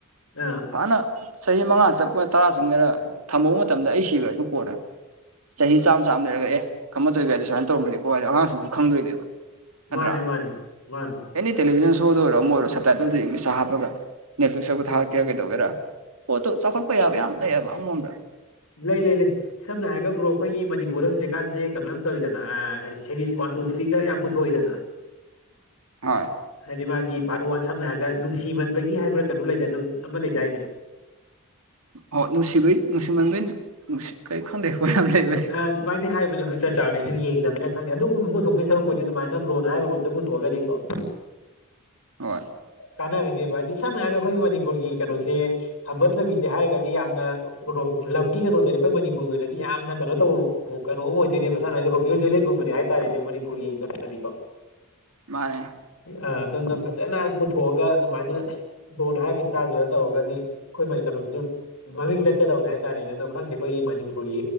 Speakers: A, on the left; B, on the right.
A: ꯑ
B: ꯐꯅ ꯆꯍꯤ ꯃꯉꯥ ꯆꯠꯄ ꯇꯔꯥ ꯆꯪꯒꯦꯔ ꯊꯝꯍꯧ ꯃꯇꯝꯗ ꯑꯩ ꯁꯤꯒ꯭ꯔꯖꯨ ꯀꯣꯟꯅ ꯆꯍꯤ ꯆꯥꯝ ꯆꯥꯝ ꯂꯩꯔꯒ ꯑꯦ ꯈꯝꯕ ꯊꯣꯏꯕꯤ ꯍꯥꯏꯗꯣ ꯁꯨꯃꯥꯏꯟ ꯇꯧꯔꯝꯕꯅꯤꯀꯣ ꯍꯥꯏꯗꯤ ꯑꯉꯥꯡꯁꯤꯡꯗ ꯈꯪꯗꯣꯏꯅꯦꯕ ꯅꯠꯇ꯭ꯔꯥ
A: ꯃꯥꯅꯦ ꯃꯥꯅꯦ ꯃꯥꯅꯦ
B: ꯑꯦꯅꯤꯠ ꯇꯦꯂꯤꯚꯤꯟ ꯁꯣꯗ ꯑꯣꯏꯔꯣ ꯑꯃ ꯑꯣꯏꯔꯣ ꯁꯞꯇꯥꯏꯇꯜꯗꯣ ꯏꯪꯂꯤꯁꯥ ꯍꯥꯞꯄꯒ ꯅꯦꯠꯐ꯭ꯂꯤꯛꯁꯇꯕꯨ ꯊꯥꯒꯠꯀꯦꯔ ꯀꯩꯗꯧꯒꯦꯔꯥ ꯄꯣꯠꯇꯨ ꯆꯥꯎꯈꯠꯄ ꯌꯥꯕ ꯌꯥꯝ ꯂꯩꯌꯦꯕ ꯑꯃꯔꯣꯝꯗ
A: ꯂꯩ ꯂꯩ ꯂꯩ ꯁꯝꯅ ꯍꯥꯏꯔꯒ ꯕ꯭ꯔꯣ ꯑꯩꯈꯣꯏꯒꯤ ꯃꯅꯤꯄꯨꯔꯗ ꯍꯧꯖꯤꯛꯀꯥꯟꯁꯦ ꯀꯩꯅꯣ ꯌꯥꯝ ꯇꯧꯔꯤꯗꯅ ꯑ ꯁꯦꯔꯤꯁ ꯋꯥꯟ ꯇꯨ ꯊ꯭ꯔꯤꯒ ꯌꯥꯝ ꯄꯨꯊꯣꯛꯏꯗꯅ꯫
B: ꯍꯣꯏ
A: ꯍꯥꯏꯗꯤ ꯃꯥꯒꯤ ꯄꯥꯔꯠ ꯋꯥꯟ ꯁꯝꯅ ꯍꯥꯏꯔꯒ ꯅꯨꯡꯁꯤꯃꯟꯕꯒꯤ ꯍꯥꯏꯕ꯭ꯔꯥ ꯀꯩꯅꯣ ꯂꯩꯗꯥꯏ ꯑꯃ ꯂꯩꯗꯥꯏꯅꯦ꯫
B: ꯍꯣ ꯅꯨꯡꯁꯤꯕꯩ ꯅꯨꯡꯁꯤꯃꯟꯕꯩ ꯅꯨꯡꯁꯤ ꯀꯩꯁꯨ ꯈꯪꯗꯦ ꯋꯥꯌꯥꯝ ꯂꯩꯕꯅꯦ
A: ꯑ ꯑꯗꯨꯃꯥꯏꯅ ꯍꯥꯏꯕꯅꯤ ꯍꯖꯤꯛ ꯆꯞ ꯆꯥꯕꯗꯤ ꯑꯩꯖꯨ ꯌꯦꯡꯒꯤꯗꯕꯅꯤꯅ ꯈꯪꯗꯦ ꯑꯗꯨꯒꯨꯝꯕ ꯄꯨꯊꯣꯛꯇꯣꯏ ꯁꯔꯨꯛꯄꯗꯤ ꯑꯗꯨꯃꯥꯏꯅ ꯕ꯭ꯔꯣꯅ ꯍꯥꯏꯕꯔꯣꯝꯗ ꯄꯨ___ ꯊꯣꯛꯑꯒꯗꯤꯀꯣ꯫
B: ꯍꯣꯏ
A: ꯀꯥꯟꯅꯒꯅꯦꯕ ꯍꯥꯏꯗꯤ ꯁꯝꯅ ꯍꯥꯏꯔꯒ ꯑꯩꯈꯣꯏꯒꯤ ꯃꯅꯤꯄꯨꯔꯒꯤ ꯀꯩꯅꯣꯁꯦ ꯈꯝꯕ ꯊꯣꯏꯕꯤꯁꯦ ꯍꯥꯏꯔꯒꯗꯤ ꯌꯥꯝꯅ__ ꯂꯞꯀꯤ ꯀꯩꯅꯣꯗꯅꯤ ꯑꯩꯈꯣꯏ ꯃꯅꯤꯄꯨꯔꯒꯤ ꯑꯣꯏꯅꯗꯤ ꯌꯥꯝꯅ ꯀꯩꯅꯣ ꯇꯧꯕ ꯀꯩꯅꯣ ꯑꯃ ꯑꯣꯏꯗꯣꯏꯅꯦꯕ ꯁꯅ ꯍꯥꯏꯗꯤ ꯔꯣꯃꯤꯌꯣ ꯖꯨꯂꯦꯠꯀꯨꯝꯕꯅꯦ ꯍꯥꯏ__ ꯇꯥꯏꯅꯦ ꯃꯅꯤꯄꯨꯔꯒꯤ ꯀꯩꯅꯣꯗꯗꯤ ꯀꯣ꯫
B: ꯃꯥꯅꯦ
A: ꯑ ꯑꯗꯨꯝꯅ ꯐꯖꯅ ꯄꯨꯊꯣꯛꯑꯒ ꯑꯗꯨꯃꯥꯏꯅ ꯕ꯭ꯔꯣꯅ ꯍꯥꯏꯔꯤꯕ ꯏꯁꯇꯥꯏꯜꯗꯨꯗ ꯇꯧꯔꯒꯗꯤ ꯑꯩꯈꯣꯏ ꯃꯅꯤ ꯀꯩꯅꯣꯁꯨ ꯃꯃꯤꯡ ꯆꯠꯀꯗꯕꯅꯦ ꯍꯥꯏꯇꯥꯔꯦꯅꯦ ꯑꯗꯣ ꯈꯪꯗꯦ ꯑꯩꯈꯣꯏꯒꯤ ꯃꯅꯤꯄꯨꯔꯒꯤ